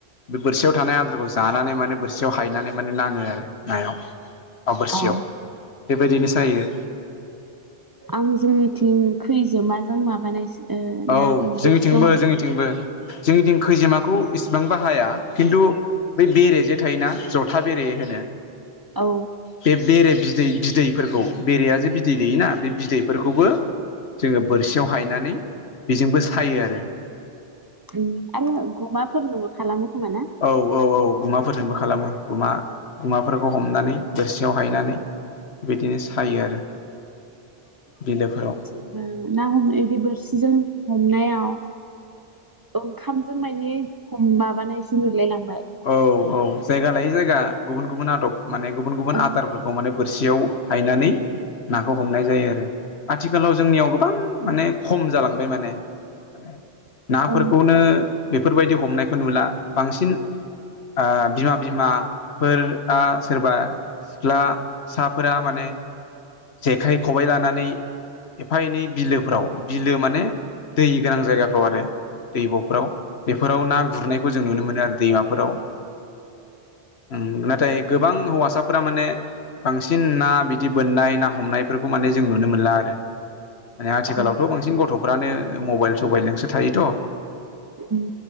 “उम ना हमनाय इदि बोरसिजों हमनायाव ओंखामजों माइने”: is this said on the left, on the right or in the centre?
Right